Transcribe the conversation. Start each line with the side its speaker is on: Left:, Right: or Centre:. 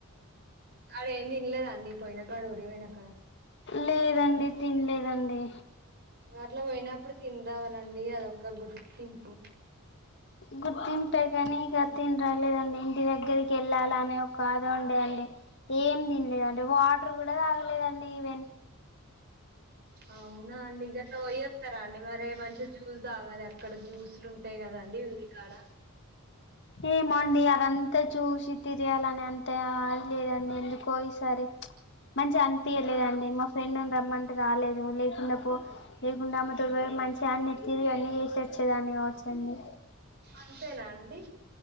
Right: అడ ఏం తినలేదండి పోయిన కాడ ఊరి పోయిన కాడ
Left: లేదండి తినలేదండి
Right: అ అట్ల పోయినప్పుడు తిన్రవలండి అదొక గుర్తింపు
Left: గుర్తింపే కాని ఇగ థిన్ రాలేదండి ఇంటి దగ్గరికి వెళ్ళాలా అనే ఒక ఆద ఉండే అండి ఏం తినలేదండి వాటర్ కూడ తాగలేదండి ఈవెన్
Right: అవునా అండి గట్ల పోయత్తర అండి మరి మంచిగ జ్యూస్ తాగాలి ఆక్కడ జ్యూసులు ఉంటాయి కదా అండి ఉరికాడ
Left: ఏమోండి అదంత చూసి తియాలని అంత అది లేదండి ఎందుకో ఈ ప్చ్ మంచిగ అనిపియాలేదండి ఫ్రెండ్ ఉంది రమ్మంటే రాలేదు లేకుండా పో లేకుండా అమ్మ తో పోయి మంచిగ అన్ని తిరి అన్నీ చేసే చేయనొచ్చండి అండి
Right: అంతేనా అండి